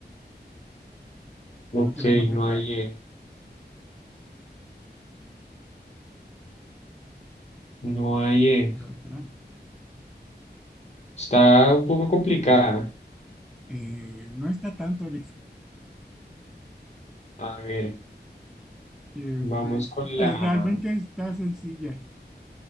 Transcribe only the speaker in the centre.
no tenemos
letra
E.
pero otra,
eh, no está tanto ahorita.
eh,
es-
eh, realmente está sencilla.